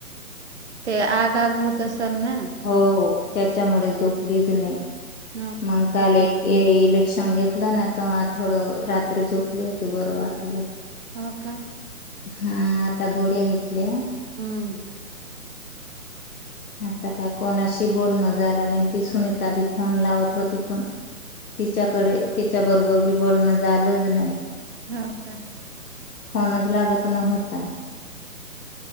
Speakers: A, on the right; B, on the left.
A: ते आग आग होत असल ना?
B: हो त्याच्यामुळे झोपलीच नाही
A: हो का?
B: मगं काल एक ये इलेक्शन घेतला ना त मा तेव्हा थोडं रात्री झोपली होती बरं वाटलं.
A: हो का?
B: हा आता गोळ्या घेतल्या.
A: हम्म.
B: आता काय कोणाशी बोलणं झाल नाही. ती सुनीता बी फोन लावत होती पण तिच्याकडे तिच्या बरोबर बी बोलणं झालंच नाही.
A: हो का.
B: फोनच लागत नव्हता.